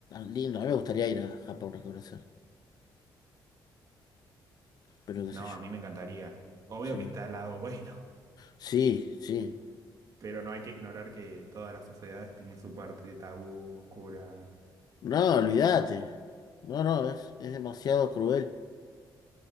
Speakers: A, on the left; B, on the right.
A: lindo. A mí me gustaría ir a Japón a conocer. Pero qué
B: No,
A: sé yo.
B: a mí me encantaría. Obvio
A: Sí.
B: que está el lado <laughs> bueno,
A: Sí, sí.
B: Pero no hay que ignorar que todas las sociedades tienen su parte tabú, oscura.
A: No, olvídate. No, no, es, es demasiado cruel.